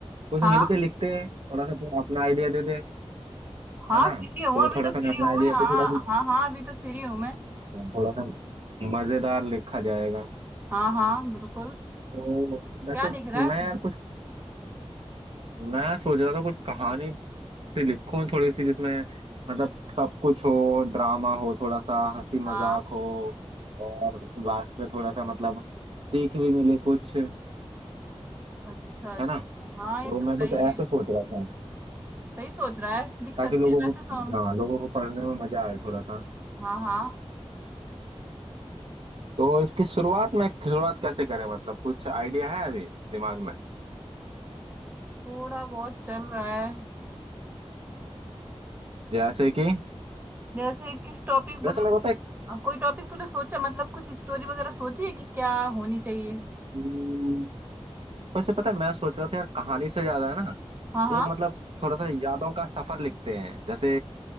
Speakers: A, on the right; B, on the right.
A: कुछ
B: हाँ
A: मिलके लिखते हैं थोड़ा सा तू अपना आइडिया दे दे
B: हाँ
A: है ना
B: फ्री हूँ
A: तो
B: अभी
A: थोड़ा
B: तो फ्री
A: सा मैं अपना
B: हूँ
A: आइडिया
B: मैं हाँ
A: तो थोड़ा सा
B: हाँ हाँ अभी तो फ्री हूँ मैं
A: थोड़ा सा मजेदार लिखा जाएगा
B: हाँ हाँ बिल्कुल
A: तो वैसे
B: क्या लिख रहा है
A: मैं
B: तू
A: यार कुछ मैं सोच रहा था कुछ कहानी सी लिखूं थोड़ी सी जिसमें मतलब सब कुछ हो ड्रामा हो थोड़ा सा हंसी
B: हाँ
A: मजाक हो और लास्ट में थोड़ा सा मतलब सीख भी मिले कुछ है
B: अच्छा अच्छा
A: ना
B: हाँ ये
A: तो
B: तो
A: मैं
B: सही
A: कुछ
B: है
A: ऐसा सोच रहा था
B: सही सोच रहा है लिख सकते
A: ताकि लोगों
B: हैं वैसे
A: को
B: तो हम
A: हाँ लोगों को पढ़ने में मजा आए थोड़ा सा
B: हाँ हाँ
A: तो इसकी शुरुआत में शुरुआत कैसे करें मतलब कुछ आइडिया है अभी दिमाग में
B: थोड़ा बहुत चल रहा है
A: जैसे कि
B: जैसे किस टॉपिक मतलब
A: जैसे मेरे को तो
B: अ, कोई टॉपिक तूने सोचा मतलब कुछ स्टोरी वगैरह सोची है कि क्या होनी चाहिए
A: एक वैसे पता है मैं सोच रहा था यार कहानी से ज्यादा है ना
B: हाँ हाँ
A: एक मतलब थोड़ा सा यादों का सफर लिखते हैं जैसे